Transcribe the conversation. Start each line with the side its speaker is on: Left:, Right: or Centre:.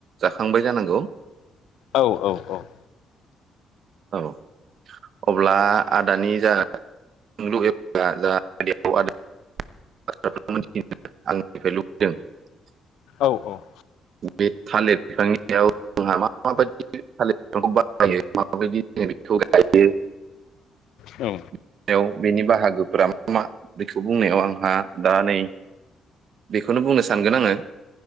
Right: जाखांबाय जानांगौ
Left: औ औ औ
Right: <unintelligible>
Left: औ औ
Right: <unintelligible>
Left: औ
Right: बेयाव बेनि बाहागोफ्रा <unintelligible> बेखौ बुंनायाव आंहा दा नै बेखौनो बुंनो सानगोन आंङो